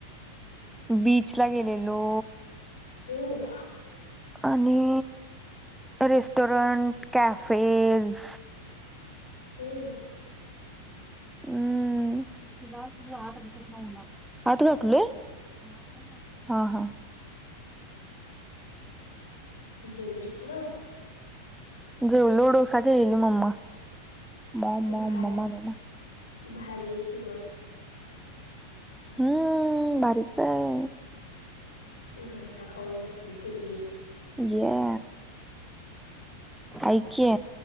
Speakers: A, in the centre; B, on the left.
A: बीच ला गेलेलो.
B: हम्म.
A: आणि. Restaurant, cafes.
B: हम्म.
A: हम् आत घातलोय. हा, हा,
B: जेवलीस म
A: जेवलो डोसा केलेली मम्मा मॉम मॉम
B: भार
A: मम्मा
B: भारी की म
A: हम्म भारीच आहे.
B: डोसा खाऊन बसली पोरगी.
A: ये ऐक की